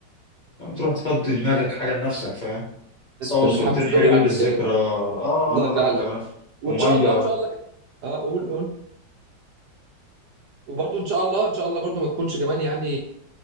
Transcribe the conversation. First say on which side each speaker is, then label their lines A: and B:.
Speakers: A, on the left; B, on the right.
A: لما تروح تفضي دماغك حاجة لنفسك فاهم صور
B: متحمس
A: صورتين
B: قوي
A: حلوين
B: على
A: للذكرى
B: المكان
A: اه
B: والله فعلا
A: انا كمان
B: وان
A: ومية
B: شاء الله ان شاء الله كده اه قول قول وبرضه ان شاء الله ان شاء الله برضه ما تكونش كمان يعني